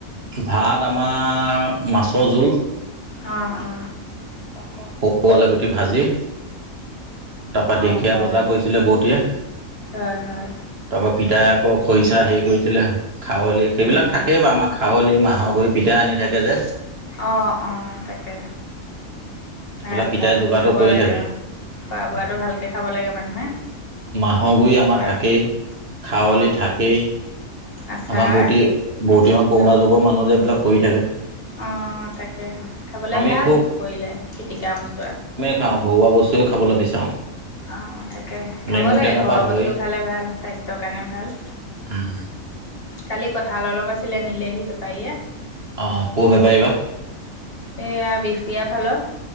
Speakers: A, on the right (about 45°); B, on the left (about 45°).
A: ভাত আমাৰ মাছৰ জোল
B: অ অ
A: তাৰপ সৰু আলুগুটি ভাজি তাৰপা
B: অ',
A: ঢেখীয়া
B: হয়,
A: বজা কৰিছিলে বৌতীয়ে
B: হয়, হয়,
A: তাৰপৰা পিতাই আকৌ খৰিচা হেৰি কৰিছিলে খাৱলি সেইবিলাক
B: উম,
A: থাকেই বাৰু আমাক কলি মাহৰ গুৰি পিঠা আনি থাকে যে।
B: অ, অ, তাকে
A: সেইবিলাক
B: ভাল-ভাল
A: পিতাই যোগাৰটো
B: এইবোৰ খাব
A: কৰি
B: লাগে
A: থাকে
B: আৰু। খোৱা বোৱাটো ভালকে খাব লাগে মানুহে।
A: মাহৰ গুৰি আমাৰ
B: খোৱাটো
A: থাকেই খাৱলি
B: অ',
A: থাকেই।
B: আচাৰ
A: আমাৰ বৌটি বৌটিহত কৰোণা
B: এইবোৰ
A: যুগৰ মানুহ যে এইবিলাক কৰি থাকে।
B: অ', তাকে খাবলৈ
A: আমি
B: ভাল
A: খুব
B: সেইবোৰ কৰিলে পিতিকা মূচুৱা।
A: আ ঘৰুৱা বস্তুৱে খাবলৈ বিচাৰো।
B: অ', তাকে
A: নেমু
B: খাব
A: টেঙাৰ
B: লাগে ঘৰৰ
A: পৰা ধৰি
B: বস্তু খালে ভাল। স্বাস্থ্যৰ কাৰণে ভাল।
A: উম।
B: কালি কঁঠাল অলপ আছিলে, নিলেহি বেপাৰীয়ে।
A: অ', ক'ৰ বেপাৰী বা?
B: এইয়া বিহ বিয়াৰ ফালৰ।